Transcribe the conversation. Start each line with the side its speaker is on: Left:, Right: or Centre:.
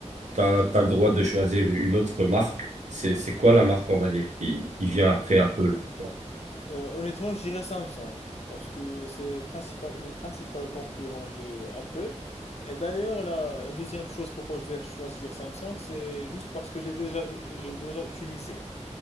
Right: t'as t'as le droit de choisir une autre marque. C'est c'est quoi la marque, on va dire, qui qui vient après Apple pour toi
Left: Euh, honnêtement, je dirais Samsung, parce que c'est principal, le principal concurrent de Apple. Et d'ailleurs, la, la deuxième chose pourquoi je vais choisir Samsung, c'est juste parce que j'ai déjà, eu- j'ai déjà utilisé.